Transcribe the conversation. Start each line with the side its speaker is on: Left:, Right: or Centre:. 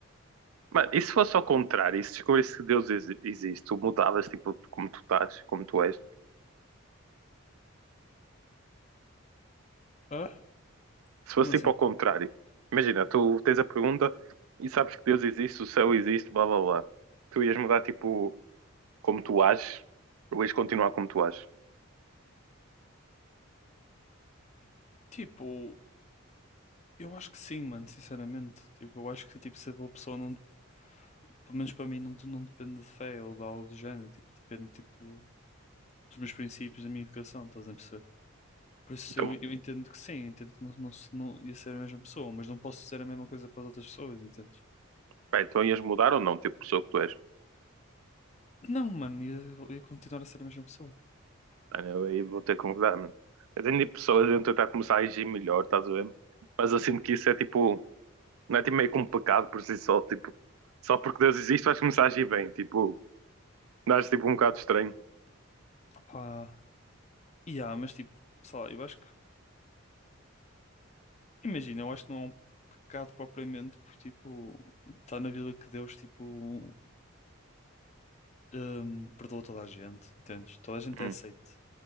Right: Mano, e se fosse ao contrário, e se descobrisse que Deus exi- existe, tu mudavas tipo como tu estás, como tu és?
Left: Ah?
Right: Se fosse
Left: Como assim?
Right: tipo ao contrário, imagina, tu tens a pergunta e sabes que Deus existe, o céu existe, blá blá blá. Tu ias mudar tipo como tu ages, ou ias continuar como tu ages.
Left: Tipo, eu acho que sim, mano, sinceramente. Tipo, eu acho que tipo, se a boa pessoa não, dep- pelo menos para mim, não, não depende de fé ou de algo do género, tipo, depende tipo, dos meus princípios, da minha educação, estás a perceber? Por isso
Right: Então,
Left: eu, eu entendo que sim, entendo que não, não, se- não ia ser a mesma pessoa, mas não posso dizer a mesma coisa para as outras pessoas, entendes?
Right: pá, então ias mudar ou não, tipo pessoa que tu és?
Left: Não, mano, ia, ia continuar a ser a mesma pessoa.
Right: Mano, eu aí vou ter que concordar, mano. Eu tenho tipo, pessoas a tentar começar a agir melhor, estás a ver? Mas eu sinto que isso é tipo, não é tipo meio que um pecado por si só, tipo, só porque Deus existe vais começar a agir bem, tipo, dás tipo um bocado estranho.
Left: Pá. E há, mas tipo, sei lá, eu acho que, imagina, eu acho que não é um pecado propriamente, porque tipo, está na Bíblia que Deus, tipo, hum, perdoa toda a gente, entendes? Toda a gente
Right: Hum.
Left: é aceite